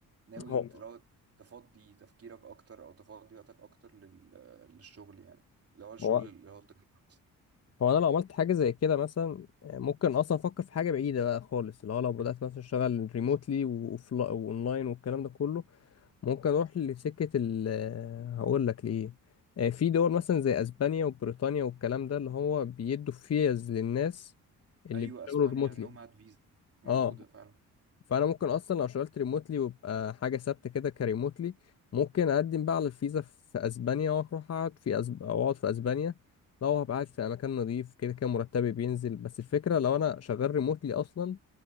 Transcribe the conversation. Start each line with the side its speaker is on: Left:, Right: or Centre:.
Right: ناوي
Left: هو
Right: لو تفضي تفكيرك اكتر او تفضي وقتك اكتر لل... للشغل يعني اللي هو الشغل
Left: هو
Right: اللي هو التجارة
Left: هو انا لو عملت حاجه زي كده مثلا آه، ممكن اصلا افكر في حاجه بعيده بقى خالص اللي هو لو بدات مثلا اشتغل ريموتلي واونلاين والكلام ده كله ممكن اروح لسكه ال آه، هقول لك ليه آه، في دول مثلا زي اسبانيا وبريطانيا والكلام ده اللي هو بيدوا فيز للناس اللي
Right: ايوه
Left: بيشتغلوا
Right: اسبانيا
Left: ريموتلي
Right: نوماد فيزا موجوده
Left: اه
Right: فعلا
Left: فانا ممكن اصلا لو شغلت ريموتلي ويبقى حاجه ثابته كده كريموتلي ممكن اقدم بقى على الفيزا في اسبانيا واروح اقعد في أسب... أو اقعد في اسبانيا لو هبقى قاعد في مكان نظيف كده كده مرتبي بينزل بس الفكره لو انا شغال ريموتلي اصلا